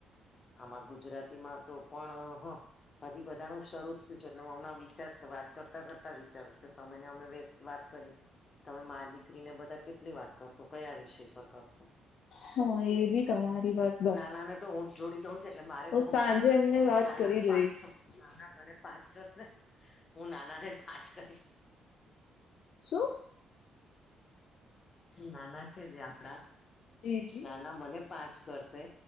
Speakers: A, on the left (about 40°); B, on the left (about 70°).
A: આમાં ગુજરાતીમાં તો પણ હ. હજી બધાનું શરૂ જ થયું છે એટલે હું હમણાં વિચાર વાત કરતાં કરતાં વિચારુંશ કે તમેને અમે વે વાત કરી તમે મા દીકરીને બધા કેટલી વાત કરશો, કયા વિષય પર કરશો?
B: હા એ બી તમારી વાત
A: નાનાને તો હું જ જોડી દઉં છ એટલે મારે
B: હું
A: તો હમણાં
B: સાંજે એમને વાત
A: નાના
B: કરી
A: પાંચ
B: જોઈશ
A: નાના મને પાંચ કરશે હું નાનાને પાંચ કરીશ.
B: શું?
A: નાના છે જે આપડા
B: જી જી.
A: ના ના મને પાંચ કરશે